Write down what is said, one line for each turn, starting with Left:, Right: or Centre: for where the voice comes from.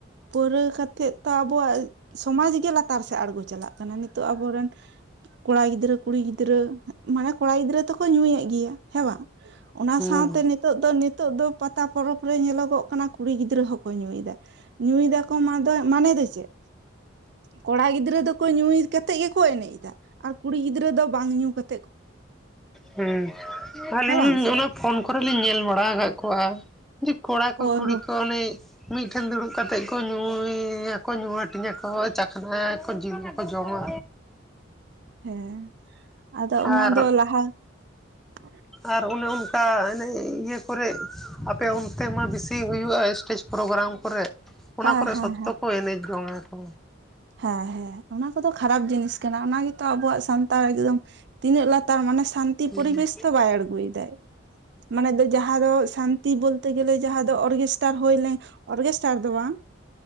Right: ᱯᱟᱹᱣᱨᱟᱹ ᱠᱟᱛᱮᱜ ᱛᱚ, ᱟᱵᱚᱣᱟᱜ ᱥᱚᱢᱟᱡᱽ ᱜᱮ ᱞᱟ ᱞᱟᱛᱟᱨ ᱥᱮᱜ ᱟᱬᱜᱚ ᱪᱟᱞᱟᱜ ᱠᱟᱱᱟ᱾ ᱱᱤᱛᱚᱜ ᱟᱵᱚᱨᱮᱱ ᱠᱚᱲᱟ ᱜᱤᱫᱽᱨᱟᱹ ᱠᱩᱲᱤ ᱜᱤᱫᱽᱨᱟᱹ ᱢᱟᱱᱮ ᱠᱚᱲᱟ ᱜᱤᱫᱽᱨᱟᱹ ᱫᱚᱠᱚ ᱧᱩᱭᱮᱜ ᱜᱮᱭᱟ ᱦᱮᱸ ᱵᱟᱝ ᱚᱱᱟ
Centre: ᱦᱮᱸ
Right: ᱥᱟᱶᱛᱮ ᱱᱤᱛᱚᱜ ᱫᱚ, ᱱᱤᱛᱚᱜ ᱫᱚ ᱯᱟᱛᱟ ᱯᱚᱨᱚᱵ ᱨᱮ ᱧᱮᱞᱚᱜᱚᱜ ᱠᱟᱱᱟ ᱠᱩᱲᱤ ᱜᱤᱫᱽᱨᱟᱹ ᱜᱤᱫᱽᱨᱟᱹ ᱦᱚᱸᱠᱚ ᱧᱩᱭᱮᱫᱟ ᱧᱩᱭ ᱫᱟᱠᱚ ᱢᱟᱫᱚ ᱢᱟᱱᱮ ᱫᱚ ᱪᱮᱫ ᱠᱚᱲᱟ ᱜᱤᱫᱽᱨᱟᱹ ᱫᱚᱠᱚ ᱧᱩᱭ ᱠᱟᱛᱮᱜ ᱜᱮᱠᱚ ᱮᱱᱮᱡ ᱫᱟ᱾ ᱟᱨ ᱠᱩᱲᱤ ᱜᱤᱫᱽᱨᱟᱹ ᱫᱚ ᱵᱟᱝ ᱧᱩ ᱠᱟᱛᱮ᱾
Centre: ᱦᱩᱸ ᱟᱹᱞᱤᱧ
Right: ᱦᱮᱸ ᱵᱟᱝ ᱥᱮ
Centre: ᱚᱱᱟ ᱯᱷᱳᱱ ᱠᱚᱨᱮ ᱞᱤᱧ ᱧᱮᱞ ᱵᱟᱲᱟ ᱠᱟᱜ ᱠᱚᱣᱟ᱾ ᱠᱚᱲᱟ
Right: ᱦᱳᱭ
Centre: ᱠᱚ ᱠᱩᱲᱤ
Right: ᱦᱳᱭ
Centre: ᱠᱚ ᱚᱱᱮ ᱢᱤᱫᱴᱷᱮᱱ ᱫᱩᱲᱩᱵ ᱠᱟᱛᱮᱜ ᱠᱚ ᱧᱩᱭ ᱭᱟᱠᱚ, ᱧᱩ ᱦᱟᱴᱤᱧᱟᱠᱚ ᱪᱟᱠᱷᱱᱟ ᱭᱟᱠᱚ ᱡᱤᱞ ᱡᱚᱢᱟ
Right: ᱦᱮᱸ ᱟᱫᱚ ᱚᱱᱟ
Centre: ᱟᱨ
Right: ᱫᱚ <unintelligible>
Centre: ᱟᱨ ᱚᱱᱮ ᱚᱱᱠᱟ ᱚᱱᱮ ᱤᱭᱟᱹ ᱠᱚᱨᱮ ᱟᱯᱮ ᱚᱱᱛᱮ ᱢᱟ ᱵᱮᱥᱤ ᱦᱩᱭᱩᱜᱼᱟ? ᱥᱴᱮᱡ ᱯᱨᱳᱜᱨᱟᱢ ᱠᱚᱨᱮ ᱚᱱᱟ
Right: ᱦᱮᱸ
Centre: ᱠᱚᱨᱮ
Right: ᱦᱮᱸ
Centre: ᱥᱚᱠᱛᱚ ᱠᱚ ᱮᱱᱮᱡ ᱡᱚᱝᱼᱟ ᱠᱚ᱾
Right: ᱦᱮᱸᱻ ᱦᱮᱸᱻ᱾ ᱚᱱᱟ ᱠᱚᱫᱚ ᱠᱷᱟᱨᱟᱯ ᱡᱤᱱᱤᱥ ᱠᱟᱱᱟ, ᱚᱱᱟ ᱜᱮᱛᱚ ᱟᱵᱚᱣᱟᱜ ᱥᱟᱱᱛᱟᱲ ᱮᱠᱫᱚᱢ ᱛᱤᱱᱟᱹᱜ ᱞᱟᱛᱟᱨ ᱢᱟᱱᱮ ᱥᱟᱱᱛᱤ ᱯᱚᱨᱤᱵᱮᱥ
Centre: ᱦᱮᱸ
Right: ᱛᱚ ᱵᱟᱭ ᱟᱬᱜᱚᱭ ᱫᱟᱭ᱾ ᱢᱟᱱᱮ ᱫᱚ ᱡᱟᱦᱟᱸ ᱫᱚ ᱥᱟᱱᱛᱤ ᱵᱚᱞᱛᱮ ᱜᱮᱞᱮ ᱡᱟᱦᱟᱸ ᱫᱚ ᱚᱨᱜᱮᱥᱴᱟᱨ ᱦᱩᱭᱞᱮ ᱚᱨᱜᱮᱥᱴᱟᱨ ᱫᱚ ᱵᱟᱝ